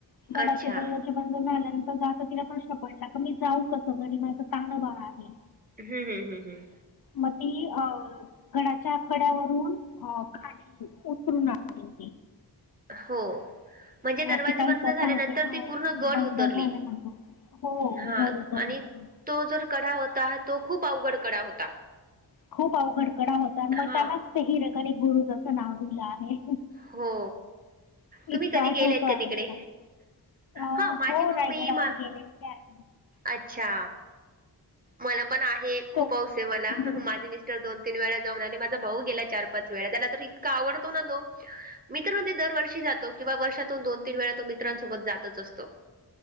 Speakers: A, on the left; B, on the right.
A: गडाचे
B: अच्छा
A: दरवाजे बंद झाल्यानंतर ज तिला प्रश्न पडला क मी जाऊ कस, सग माझ तणंबाळ आहे.
B: हम्म हम हम् हम.
A: मती अ, गडच्या आकड्यावरून अ खाली उतरून आली.
B: हो म्हणजे दरवाजे
A: अशी काही
B: बंद
A: कथा
B: झाल्यानंतर
A: होती हा,
B: ती पूर्ण गड
A: बंद
B: उतरली
A: झाल्यानंतर हो
B: हा
A: गड उतरले
B: आणि
A: ते.
B: तो जर कडा होता तो खूप अवघड कडा होता.
A: खूप अवघडकडा होता आणि मग
B: हा
A: त्यानच ते हिरेकन एक गुरु जसं नाव दिलं आहे.
B: हो तुम्ही
A: इतकां
B: कधी
A: आठवत
B: गेलेत का तिकडे
A: त्याला अ
B: हा माझी
A: हो
B: मम्मी
A: रायगडावर
B: मा
A: गेलेले आहे.
B: अच्छा मला पण आहे खूप
A: तो
B: वस आहे मला
A: हम्म.
B: माझे मिस्टर दोन, तीन वेळा जान आले माझा भाऊ गेला चार पाच वेळा त्याला तर, इतका आवडतो ना तो मी तर म्हणजे दरवर्षी जात. ो किंवा वर्षातून दोन तीन वेळा तो मित्रांसोबत जातच असतो.